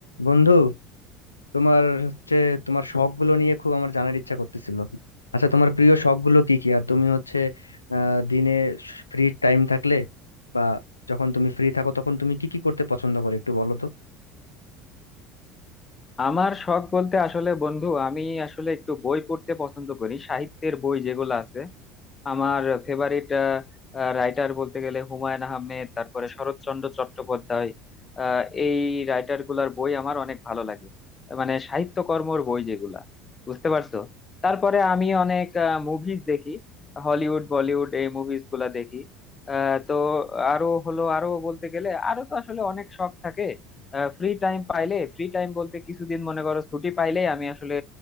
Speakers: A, on the left (about 80°); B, on the left (about 25°).
A: বন্ধু তোমার হচ্ছে তোমার শখ গুলো নিয়ে খুব আমার জানার ইচ্ছা করতেছিল আচ্ছা তোমার প্রিয় শখ গুলো কি কি আর তুমি হচ্ছে আহ দিনে ফ্রি টাইম থাকলে বা যখন তুমি ফ্রি থাকো তখন তুমি কি কি করতে পছন্দ করো একটু বলো তো
B: আমার শখ বলতে আসলে বন্ধু আমি আসলে একটু বই পড়তে পছন্দ করি সাহিত্যের বই যেগুলো আছে আমার ফেভারিট রাইটার বলতে গেলে হুমায়ুন আহমেদ তারপরে শরৎচন্দ্র চট্টোপাধ্যায় আহ, এই রাইটার গুলার বই আমার অনেক ভালো লাগে মানে সাহিত্যকর্মর বই যেগুলা বুঝতে পারছো তারপরে আমি অনেক মুভিজ দেখি হলিউড বলিউড এই মুভিজ গুলা দেখি আহ, তো আরো হলো আরো বলতে গেলে আরো তো আসলে অনেক শখ থাকে ফ্রি টাইম পাইলে ফ্রি টাইম বলতে কিছুদিন মনে করো ছুটি পাইলেই আমি আসলে